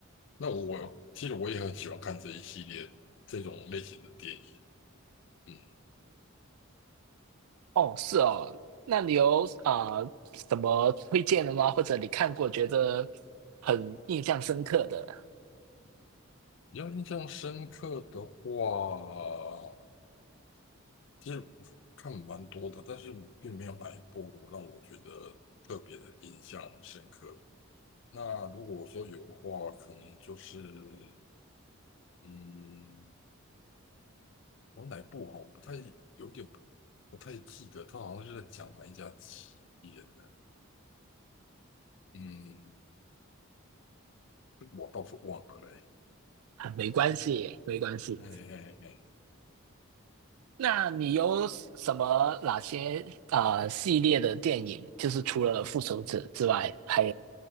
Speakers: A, on the left; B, on the right.
A: 那我我其实我也很喜欢看这一系列这种类型的电影。嗯，
B: 哦，是哦，那你有啊、呃什么推荐的吗？或者你看过觉得很印象深刻的？
A: 比较印象深刻的话，其实我看蛮多的，但是并没有哪一部让我觉得特别的印象深刻。那如果说有的话，可能就是嗯，我哪一部哈，我不太有点不不太记得，他好像是在讲哪一家企业的，嗯，我倒是忘了嘞。
B: 啊，没关系，没关系。
A: 哎哎哎。
B: 那你有什么哪些啊、呃系列的电影，就是除了《复仇者》之外，还